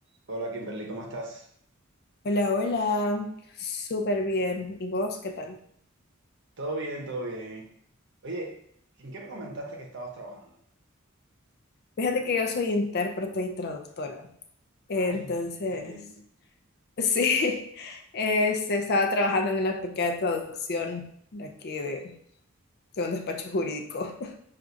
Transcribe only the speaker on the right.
Hola Kimberly, ¿cómo estás?
Todo bien, todo bien. Oye, ¿en qué me comentaste que estabas trabajando?
Ay, qué bien.